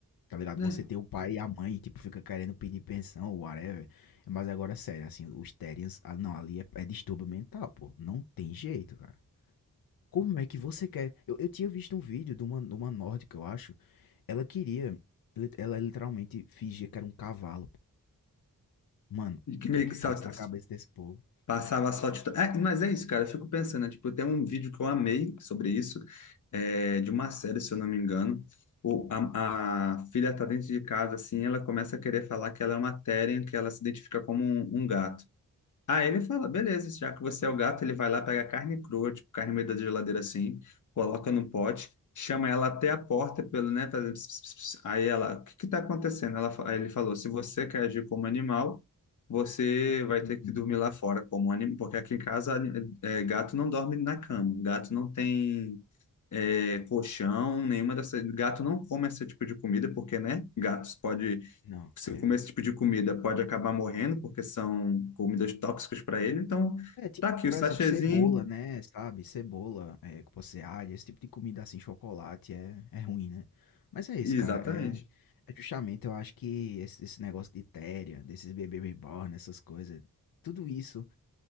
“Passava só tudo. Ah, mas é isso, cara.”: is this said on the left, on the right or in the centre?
Left